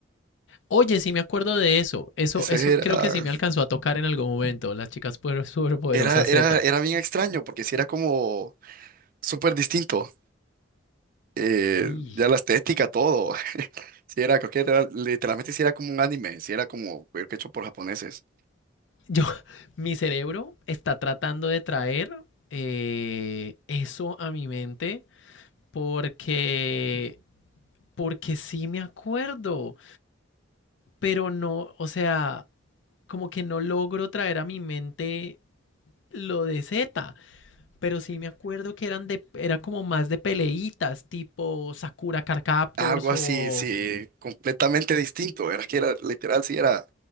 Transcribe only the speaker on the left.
Oye, sí me acuerdo de eso. Eso,
eso
creo que sí me alcanzó a tocar en algún momento. Las chicas puer- superpoderosas
Z.
Uy,
yo, <laughs> mi cerebro está tratando de traer eh, eso a mi mente porque, porque sí me acuerdo, pero no, o sea, como que no logro traer a mi mente lo de Z, pero sí me acuerdo que eran de, era como más de peleitas, tipo Sakura Card Captors
o